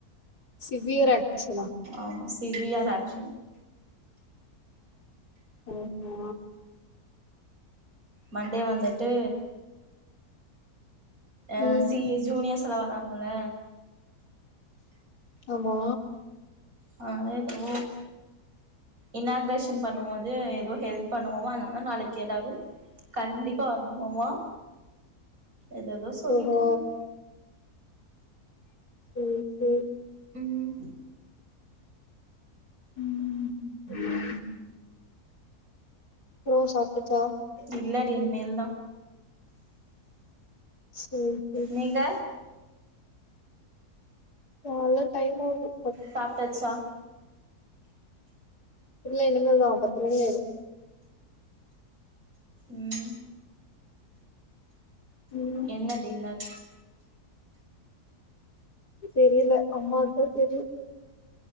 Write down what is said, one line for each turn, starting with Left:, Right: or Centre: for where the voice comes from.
Left: சிவியர் ஆக்ஷனா
Right: ஆமா சிவியர் ஆக்ஷன்
Left: ஒ ஓ
Right: மண்டே வந்துட்டு அ
Left: ம்
Right: சீயர்ஸ் ஜூனியர்ஸ் எல்லா வராங்கல்ல
Left: ஆமா
Right: அனால எதோ இனாக்ரேஷன் பண்ணும் போது எதோ ஹெல்ப் பண்ணணுமா அதனால நாளைக்கு எல்லாரு கண்டிப்பா வரணுமாமா ஏதேதோ சொல்லிட்டு
Left: ஓஹோ
Right: இருந்தாங்
Left: சரி சரி
Right: ம்
Left: ம் ம் அப்றோ சாப்டுச்சா
Right: இல்லடி இனிமேல்தா
Left: சேரி சேரி
Right: நீங்க
Left: நால்லா டைம் ஆகும்
Right: சாப்ட்டாச்சா
Left: இல்ல இனிமேல்தா பத்து மணி ஆயிடும்
Right: ம்
Left: ம்
Right: என்ன டின்னர்
Left: தெரியல அம்மாவுக்கு தா தெரியு